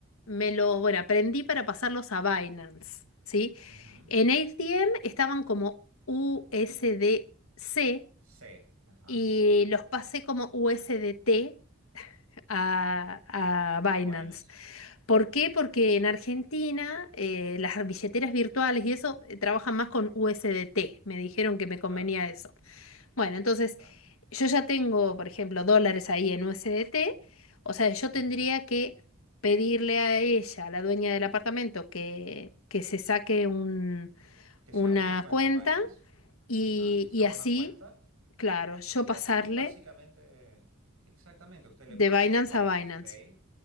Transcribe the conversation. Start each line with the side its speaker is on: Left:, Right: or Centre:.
Left: me lo, bueno, aprendí para pasarlos a Binance, ¿sí?
Right: ujú.
Left: En AirTM estaban como U S D C
Right: C. Ajá.
Left: y los pasé como USDT a, a Binance.
Right: A Binance.
Left: ¿Por
Right: Ok.
Left: qué? Porque en Argentina eh, las billeteras virtuales y eso eh, trabajan más con USDT. Me dijeron que me convenía
Right: Claro,
Left: eso. Bueno, entonces
Right: claro.
Left: yo ya tengo, por ejemplo, dólares ahí en USDT. O sea, yo
Right: ujú.
Left: tendría que pedirle a ella, a la dueña del apartamento, que, que se saque un-
Right: Que
Left: una
Right: se abra una cuenta
Left: cuenta
Right: en Binance.
Left: y,
Right: Ajá. Que se
Left: y
Right: abra
Left: así,
Right: una cuenta.
Left: claro, yo
Right: Y
Left: pasarle
Right: así básicamente, exactamente, usted
Left: de
Right: le pasa
Left: Binance
Right: su Binance
Left: a Binance.
Right: Pay.